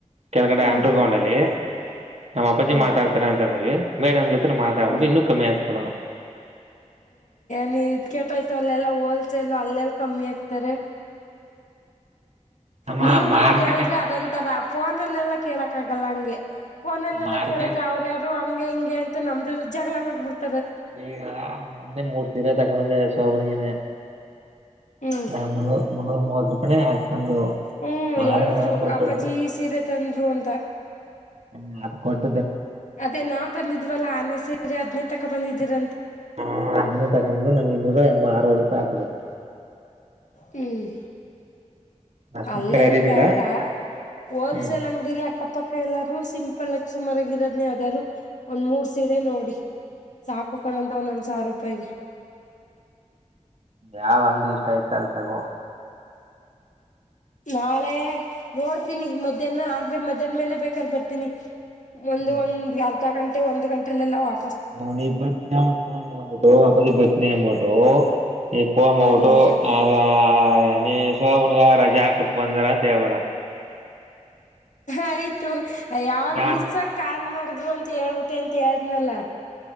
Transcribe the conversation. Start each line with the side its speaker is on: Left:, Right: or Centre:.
Right: ಕೆಳಗಡೆ
Left: ಹ್ಮ್
Right: ಅಂಡ್ರ ಗ್ರೌಂಡ್ ಅಲ್ಲಿ. ನಮ್ಮ ಅಪ್ಪಾಜಿ
Left: ಹ್ಮ್
Right: ಮಾತಾಡ್ತಾರ ಅಂತ ಅಂದ್ರಿ ಮೇಡಮ್ ಜೊತೆ ಪತ್ರನ ಮಾತಾವಡ
Left: ಹ್ಮ್
Right: ಇನ್ನೂ ಕಮ್ಮಿಯಾಕ ಕೊಡಣ.
Left: ನೀ ಇ ಕೆಟ್ ಆಯ್ತು ಅಲ್ಲೆಲ್ಲ ಹೋಲ್ಸೇಲ್ ಅಲ್ಲೆಲ್ಲ ಕಮ್ಮಿ ಆಗ್ತಾರೆ.
Right: ನಮ್ಮ
Left: ನೀವ
Right: ಮಾರ್ಕೆಟ್
Left: ಬಂದ್ ಹೇಳಿದ್ರೆ ಅದೊಂತರ ಫೋನಲ್ಲೆಲ್ಲಾ ಕೇಳಕ್ ಆಗಲ್ಲ ಹಂಗೆ. ಫನಲ್ಲೆಲ್ಲಾ
Right: ಮಾರ್ಕೆಟ್
Left: ಕೇಳಿದ್ರೆ ಅವ್ರರು ಯಾರು ಹಂಗೆ ಹಿಂಗೆ ಅಂತ ನಮ್ದ ಜಗಳ ಮಾಡ್ಬಿಡ್ತಾರೆ.
Right: ಈ ಮೊನ್ನೆ ಮೂರ್ ತಿರ ತಗಂಬಂದೆ ಸೋಭನಿಿಗೆನೆ <unintelligible>
Left: ಹ್ಮ್
Right: ಹಾ- ಮುನ್ನೂರು ಮುನ್ನೂರು ಮೂವತ್ತು -ರ ಕ ಹಾಕ್ಕಂದು
Left: ಹ್ಮ್
Right: ಆದ್ರ
Left: ಹೇಳಿದ್ರು
Right: ನ ಕೊಟ್ಟು
Left: ಅಪ್ಪಾಜಿ ಸೀರೆ ತಂದ್ರು ಅಂತ
Right: <inaudible> ಹ ಅದ ಕೊಟ್ಟ
Left: ಅದೇ ನಾವ್ ತಂದಿದ್ವಲ್ಲ ಆನೆ ಸೇರಿ ಹದ್ನೆ ತಕ ಬಂದಿದೀರ.
Right: ಹ -ಅದನ್ನೇ ತಕೊು ನಂಗೆ ಇನ್ನೂರು ಎಂಬ ಅರವತ್ತು ರೂಪಾಯಿ ಹಾಕಿಡೋದು.
Left: ಹ್ಮ್
Right: ಅಷ್ಟಕ್ಕೆ
Left: ಅಲ್ಲೇನ್
Right: ರೆಡಿನಿಲ್ಲ
Left: ಬೇಡ ಹೋಲ್ಸೇಲ್
Right: ಹ್ಮ್
Left: ಅಂಗಡಿಲಿ ಅಕ್ಕಪಕ್ಕ, ಎಲ್ಲಾರೂ ಸಿಂಪಲ್ಕ ಸುಮಾರಾಗಿ ಇರೋನೇ ಯಾವ್ದಾದ್ರು ಒಂದ್ ಮೂರ್ ಸೀರೆ ನೋಡಿ. ಸಾಕಕೊಂಡಂತ ಒಂದೊಂದು ಸಾವಿರ ರೂಪಾಯಿಗೆ.
Right: ಯಾವ ಅಂಗಡಿ ಇಷ್ಟ ಆಯ್ತ ಅಲ್ ತಗೋ
Left: ನಾಳೆ ನೋಡ್ತೀನಿ ಮಧ್ಯಾಹ್ನ ಆದ್ರೆ ಮಧ್ಯಾಹ್ನ ಮೇಲೆ ಬೇಕಲ್ ಬರ್ತೀನಿ. ಒಂದ್
Right: ಹ್ಮ್
Left: ಒಂದ್ ಅರ್ಧ ಗಂಟೆ ಒಂದ್ ಗಂಟೆಲ್ಲೆಲ್ಲಾಪ.
Right: ಹ- ನೀ -ಬತ್ನಿನ್ ಮಾಡಟ್ಟ ಪ ಬತ್ನಿ ಆಟ್ಟ. ಇಪ್ಪ ಮೌಟ್ಟು
Left: ಹ್ಮ್
Right: <inaudible> ನೀ- ಶೋಭನ್ಗ ರಜಾ ಹಾ -ಕುಟ್ ಬಂದಾರಾ ದೇವಾಡ
Left: ಆಯ್ತು ಯಾವತ್
Right: ನಾನ್
Left: ಮಿಸ್ -ಆ -ಕಾಲ್ ಮಾಡಿದ್ರು ಅಂತ ಹೇಳ್ಬಿಟ್ಟೆ ಅಂತ. ಾಜ್ನಲ್ಲ <inaudible>